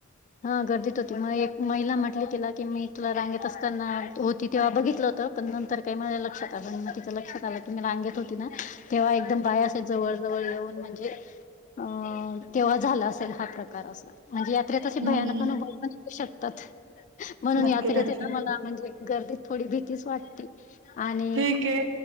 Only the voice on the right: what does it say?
हम्म
हम्म
नक्की
नक्की
ठीक आहे.